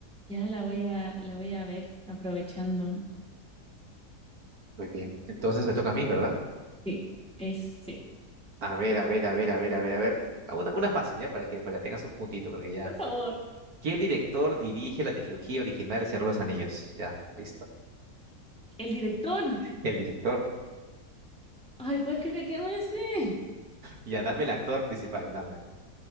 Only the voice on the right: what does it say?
Muy bien. Entonces me toca a mí, ¿verdad?
A ver, a ver, a ver, a ver, a ver, a ver. Una, una fácil, ¿ya? Para que, para que tengas un puntito, porque ya.
¿Qué director dirige la trilogía original de Señor de los Anillos? Ya, listo.
El director.
Ya, dame el actor principal, dame.